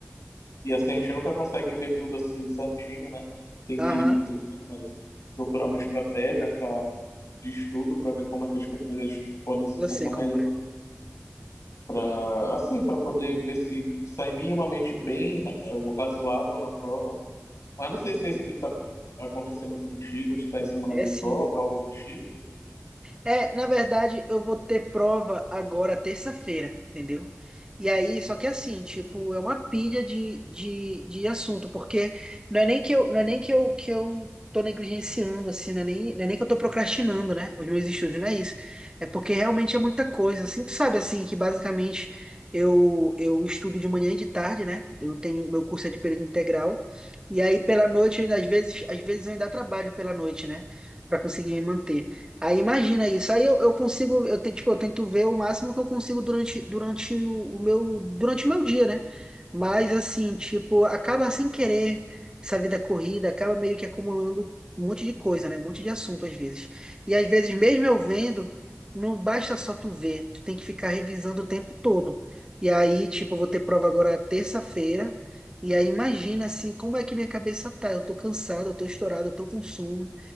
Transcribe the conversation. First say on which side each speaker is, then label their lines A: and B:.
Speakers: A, on the left (about 85°); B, on the right (about 15°).
A: E assim, a gente nunca consegue ver tudo assim certinho, né? Tem
B: Aham,
A: que, tem que procurar uma estratégia pra, de estudo para ver como é que as coisas podem se
B: eu
A: encaixar
B: sei como
A: melhor
B: é.
A: para assim, para poder ver se sai minimamente bem, é o razoável na prova. Mas não sei se é isso que tá acontecendo contigo, tu tá em semana
B: É
A: de
B: sim.
A: prova, algo do tipo.
B: É, na verdade, eu vou ter prova agora terça-feira, entendeu? E aí, só que assim, tipo, é uma pilha de, de, de assunto, porque não é nem que eu, não é nem que eu, que eu tô negligenciando, assim, não é nem, não é nem que eu tô procrastinando, né? Os meus estudos, não é isso. É porque realmente é muita coisa, assim, tu sabe, assim, que basicamente eu, eu estudo de manhã e de tarde, né? Eu tenho, meu curso é de período integral, e aí pela noite, eu ainda- às vezes, às vezes eu ainda trabalho pela noite, né? Pra conseguir me manter. Aí imagina isso. Aí eu, eu consigo, eu, te- tipo, eu tento ver o máximo que eu consigo durante, durante o o meu, durante o meu dia, né? Mas assim, tipo, acaba sem querer essa vida corrida, acaba meio que acumulando um monte de coisa, né? Um monte de assunto às vezes. E às vezes, mesmo eu vendo, não basta só tu ver, tu tem que ficar revisando o tempo todo. E aí, tipo, eu vou ter prova agora terça-feira. E aí imagina assim, como é que minha cabeça tá? Eu tô cansado, eu tô estourado, eu tô com sono.